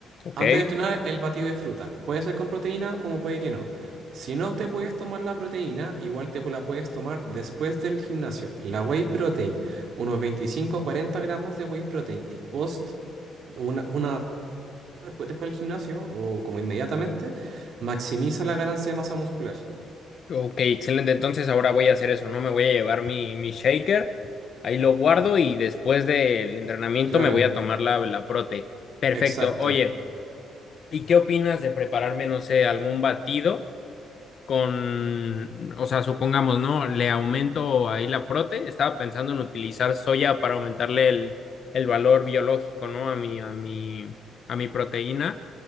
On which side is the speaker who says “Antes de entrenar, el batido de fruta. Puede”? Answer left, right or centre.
Right